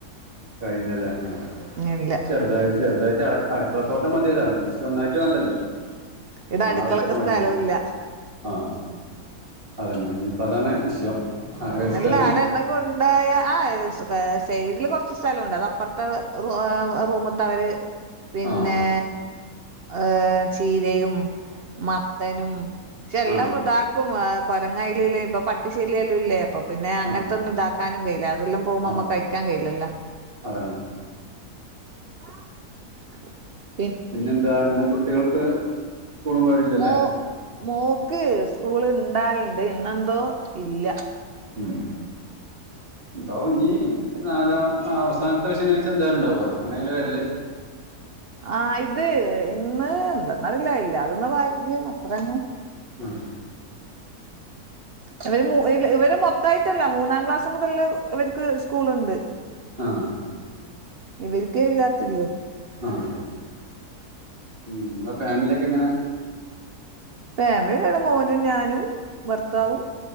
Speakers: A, on the right; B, on the right.
A: കഴില്ലല്ലേ ആഹ്
B: ഇല്ല
A: ചെറുതായി ചെറുതായിട്ട് അടു അടുക്കളത്തോട്ടം മതിയല്ലോ കൃഷി ഒന്നായിട്ട് വേണ്ടല്ലോ
B: ഈടെ
A: ഞമ്മള
B: അടുക്കളക്ക്
A: അവിടത്തൊക്കെ മേടിച്ചോ
B: സ്ഥലവും ഇല്ല
A: ആഹ് അതന്നെ ഇഞ്ഞിപ്പോ അതാണ് വിഷയം ആകെ ഒരു
B: അല്ലാഅടെ
A: സ്ഥലവും
B: <inaudible> കൊണ്ടോയ ആഹ് സൈഡില് കുറച്ച് സ്ഥലംണ്ട് അത് അപ്പുറത്തെ റൂമ്ത്തവര് പിന്നേ
A: ആഹ്
B: ഏഹ് ചീരയും മത്തനും പക്ഷെ എല്ലാം
A: ആഹ്
B: ഇതാക്കും കൊരങ്ങായിലില്ലേ ഇപ്പൊ പട്ടിശലിയല്ലും ഇല്ലേ അപ്പൊ പിന്നെ അങ്ങനത്തെ
A: ആഹ്
B: ഒന്നും ഇതാക്കാനും കഴിയില്ല അതെല്ലാം പോകുമ്പോ
A: ആഹ്
B: നമ്മക്ക് കഴിക്കാൻ കഴിയില്ലല്ലോ
A: അതാണ്
B: <inaudible>
A: പിന്നെന്താ ഇന്ന് കുട്ടികൾക്ക് സ്കൂളും കാര്യമില്ലല്ലേ
B: മോ മോക്ക് സ്കൂള് ഇണ്ടാകലുണ്ട് ഇന്നെന്തോ ഇല്ല
A: ഉം ഇണ്ടാവും ഇനഞ്ഞി നാലാം അവസാനത്തെ ശനിയാഴ്‌ച്ച എന്തായാലും ഉണ്ടാവോലോ അങ്ങനെയല്ല വരല്
B: ആഹ് ഇത് ഇന്ന് എന്താെന്നറില്ല ഇല്ല <unintelligible> അത്രന്നെ
A: ആഹ് <inaudible>
B: ഇവര് മൂ ല്ല ഇവര് മൊത്തായിട്ടല്ല മൂന്നാം ക്ലാസ് മുതല് ഇവർക്ക് സ്കൂളുണ്ട്
A: ആഹ്
B: ഇവർക്കേ ഇല്ലാത്തില്ലോ
A: ആഹ് ഇങ്ങളെ ഫാമിലിയൊക്കെ എങ്ങനെ
B: ഫാമിലി <unintelligible> മോനും ഞാനും ഭർത്താവും